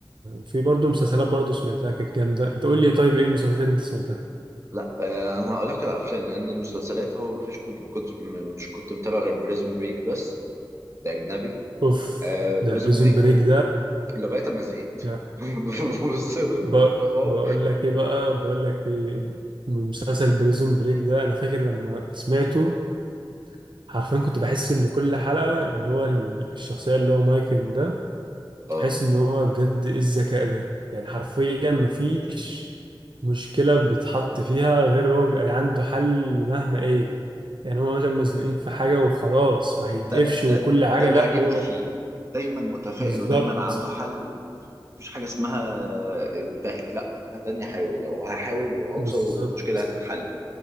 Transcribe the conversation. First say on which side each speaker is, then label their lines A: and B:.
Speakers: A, on the right; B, on the right.
A: في برضه مسلسلات برضه سمعتها كانت جامده انت قول لي طيب ايه المسلسلات اللي انت سمعتها
B: لا آه انا هقول لك على الافلام لان المسلسلات هو مفيش كنت ما كنت م- مش كنت متابع غير بريزون بريك بس ده اجنبي
A: اوف
B: آه بريزون
A: ده بريزون
B: بريك
A: بريك
B: ولغايه ما زهقت
A: ده
B: <laughs> بص انا كنت
A: ب-
B: متابعه
A: بقول لك ايه بقى بقول لك ايه من مسلسل بريزون بريك ده انا فاكر لما سمعته حرفيا كنت بحس ان كل حلقة اللي هو ال- الشخصية اللي هو مايكل ده
B: اه
A: كنت بحس ان هو بجد ايه الذكاء ده يعني حرفيا مفيش مشكلة بيتحط فيها غير هو بيبقى عنده حل مهما ايه يعني هو مثلا مزنوقين في حاجة وخلاص وهيتقفش
B: ده ده
A: وكل حاجة
B: ده اللي
A: لا
B: عاجبني
A: هو
B: فيه دايما متفائل
A: بالظبط
B: ودايما عنده حل ومفيش حاجة اسمها انتهت لا انا هداني احاول لو هحاول وهوصل
A: بالظبط
B: والمشكلة هتتحل